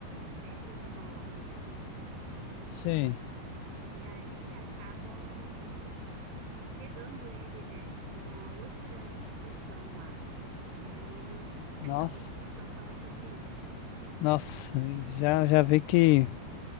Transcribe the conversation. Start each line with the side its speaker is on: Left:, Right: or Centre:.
Right: perto de uma horda de zumbis.
Left: Sim.
Right: E aí acabam. pegando ele, né, uma outra instituição lá. E
Left: Nossa.
Right: essa continuação fala sobre isso.
Left: Nossa, já, já vi que.